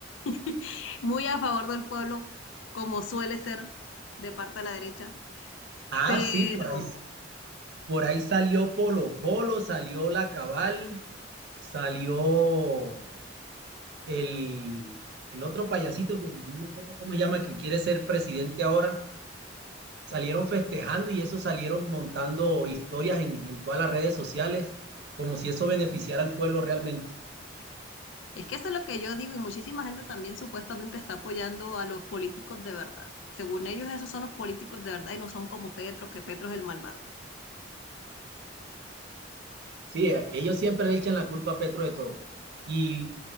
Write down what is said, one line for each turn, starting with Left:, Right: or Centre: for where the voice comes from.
Left: <laughs> muy a favor del pueblo, como suele ser de parte de la derecha.
Right: Ah,
Left: Pero
Right: sí, por ahí, por ahí salió Polo Polo, salió La Cabal, salió el, el otro payasito que no me acuerdo cómo se llama, que quiere ser presidente ahora. salieron festejando y eso salieron montando historias en, en todas las redes sociales, como si eso beneficiara al pueblo realmente.
Left: Es que eso es lo que yo digo y muchísima gente también supuestamente está apoyando a los políticos de verdad. Según ellos, esos son los políticos de verdad y no son como Petro, que Petro es el malvado.
Right: Sí, eh, ellos siempre le echan la culpa a Petro de todo. Y